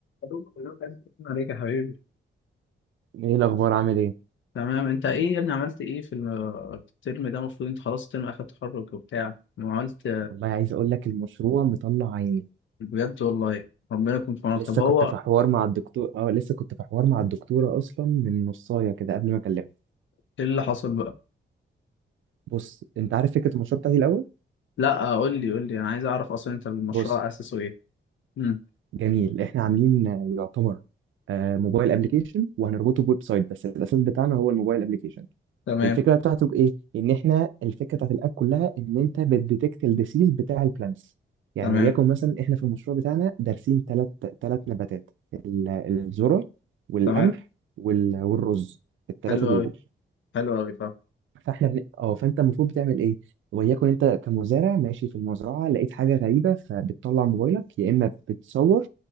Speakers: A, on the left; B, on the right.
A: شكرا عليك يا حبيبي
B: ايه الاخبار عامل ايه
A: تمام انت ايه يا ابني عملت ايه في الترم ده المفروض انت خلاص ترم اخر تخرج وبتاع ما عملت
B: والله عايز اقول لك المشروع مطلع عيني
A: بجد والله ربنا يكون في عونك
B: لسه
A: طب هو
B: كنت في حوار مع الدكتور اه لسه كنت في حوار مع الدكتوره اصلا من نصايه كده قبل ما اكلمها
A: ايه اللي حصل بقى
B: بص انت عارف فكره المشروع بتاعتي الاول
A: لا قول لي قول لي انا عايز اعرف اصلا انت المشروع
B: بص
A: اسسه ايه امم
B: جميل احنا عاملين آه، يعتبر آه، موبايل ابلكيشن وهنربطه بويب سايت بس الاساس بتاعنا هو الموبايل ابلكيشن
A: تمام
B: الفكره بتاعته بايه؟ ان احنا الفكره بتاعت الاب كلها ان انت بتديتكت الديسيز بتاع البلانتس يعني
A: تمام
B: وليكن مثلا احنا في المشروع بتاعنا دارسين ثلاث ثلاث نباتات ال- الذره والقمح
A: تمام
B: وال- والرز الثلاثه
A: حلو
B: دول
A: قوي حلو قوي طب
B: فاحنا بن... اه فانت المفروض بتعمل ايه؟ وليكن انت كمزارع ماشي في المزرعه لقيت حاجه غريبه فبتطلع موبايلك يا اما بتصور